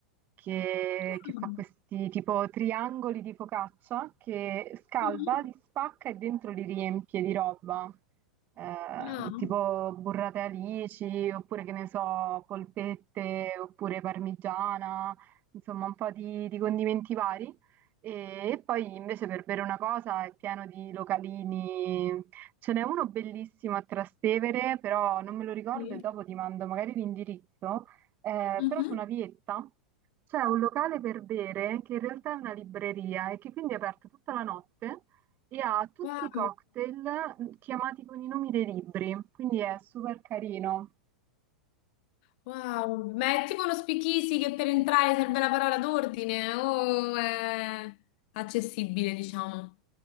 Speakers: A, on the right; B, on the left.
A: che,
B: Ah,
A: che fa questi tipo triangoli di focaccia che scalda,
B: mhm.
A: li spacca e dentro li riempie di roba. Eh,
B: Ah,
A: tipo burrate alici, oppure che ne so, polpette, oppure parmigiana, insomma, un po' di di condimenti vari. E poi invece per bere una cosa è pieno di localini, Ce n'è uno bellissimo a Trastevere, però non me lo ricordo
B: sì.
A: e dopo ti mando magari l'indirizzo. Eh,
B: Mhm.
A: però su una vietta c'è un locale per bere che in realtà è una libreria e che quindi è aperto tutta la notte e ha tutti
B: Wow.
A: i cocktail mm, chiamati con i nomi dei libri, quindi è super carino.
B: Wow. Ma è tipo uno speakeasy che per entrare serve la parola d'ordine o è accessibile, diciamo?